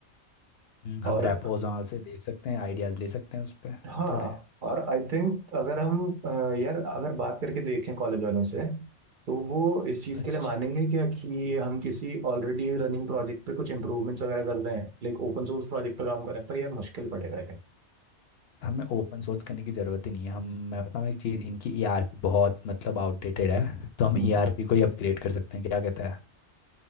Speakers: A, on the left; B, on the right.
A: हम्म, हम
B: और
A: रेपोज वहाँ से देख सकते हैं आइडियाज़ ले सकते हैं उस पर
B: हाँ
A: थोड़े
B: और आई थिंक अगर हम अ, यार अगर बात करके देखें कॉलेज वालों से तो वो इस चीज़
A: अच्छे
B: के लिए मानेंगे क्या कि हम किसी ऑलरेडी रनिंग प्रोजेक्ट पे कुछ इम्प्रूवमेंट्स वगैरह कर दें लाइक ओपन सोर्स प्रोजेक्ट पे काम करें पर यार मुश्किल पड़ेगा आई थिंक
A: हमें ओपन सोर्स करने की ज़रूरत ही नहीं है हम मैं बताऊँ एक चीज़ इनकी ईआरपी बहुत मतलब आउटडेटेड है तो हम
B: हम्म।
A: ईआरपी को ही अपग्रेड कर सकते हैं क्या कहते हैं